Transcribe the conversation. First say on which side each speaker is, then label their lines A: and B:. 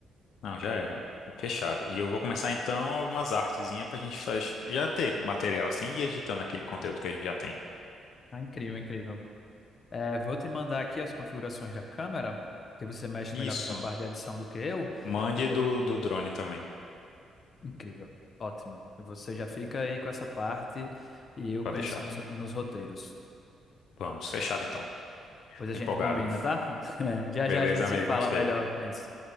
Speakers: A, on the left; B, on the left.
A: não, já era. Fechado. E eu vou começar então algumas artezinhas pra gente faz... já ter material assim e editando aquele conteúdo que a gente já tem.
B: Ah, incrível, incrível. É, vou te mandar aqui as configurações da câmera, que você mexe
A: Isso.
B: melhor com essa parte de edição do que eu.
A: Mande
B: E de-
A: do, do drone também,
B: Incrível, ótimo. Você já fica aí com essa parte e eu
A: pra
B: penso
A: deixar.
B: nos, nos roteiros.
A: Vamos, fechado então.
B: Depois
A: Tô
B: a gente
A: empolgado.
B: combina, tá? <laughs> Já
A: Beleza,
B: já a gente se
A: amigo,
B: fala
A: gostei.
B: melhor com isso.